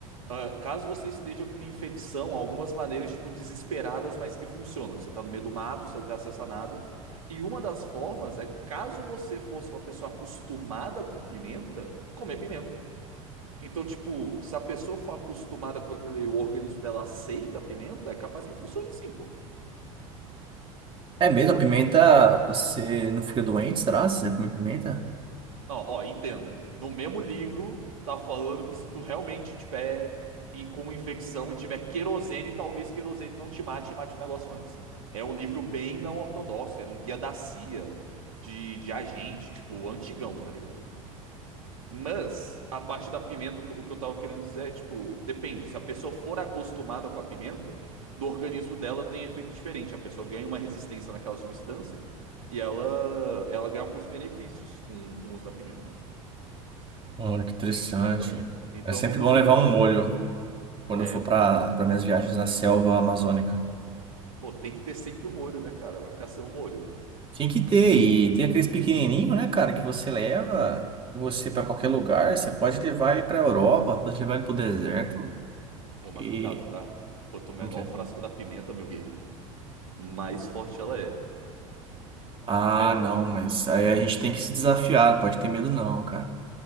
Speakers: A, on the right; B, on the right.
A: Ah, caso você esteja com uma infecção, algumas maneiras, tipo, desesperadas, mas que funcionam. Você tá no meio do mato, você não tem acesso a nada. E uma das formas é, caso você fosse uma pessoa acostumada com pimenta, comer pimenta. Então, tipo, se a pessoa for acostumada com aquele, o organismo dela aceita a pimenta, é capaz que funcione sim, pô.
B: É mesmo, a pimenta, você não fica doente, será? Se você comer pimenta?
A: Não, ó, entenda. No mesmo livro, tá falando que se tu realmente tiver e- como infecção e tiver querosene, talvez querosene não te mate e mate o negócio antes. É um livro bem não ortodoxo, era um guia da CIA, de, de agente, tipo, antigão, tá ligado? Mas, a parte da pimenta, o que o que eu tava querendo dizer é, tipo, depende. Se a pessoa for acostumada com a pimenta, no organismo dela tem efeito diferente. A pessoa ganha uma resistência naquela substância e ela, ela ganha alguns benefícios com, com o uso da pimenta.
B: Olha, que interessante.
A: E- Então, então
B: É sempre
A: não duvido
B: bom levar
A: não
B: um molho
A: do.
B: quando
A: É,
B: eu for
A: pô,
B: para para minhas viagens na selva amazônica.
A: pô, tem que ter sempre o molho, né, cara? Vai ficar sem o molho.
B: Tem que ter, e tem aqueles pequenininho, né, cara, que você leva com você para qualquer lugar. Você pode levar ele para Europa, pode levar ele para o deserto.
A: Ô, mas
B: Que...
A: cuidado, tá? Quanto menor
B: Não quer.
A: o frasco da pimenta, meu guerreiro, mais forte ela é.
B: Ah,
A: Me- uma-
B: não, mas aí a gente tem que se desafiar, pode ter medo não, cara.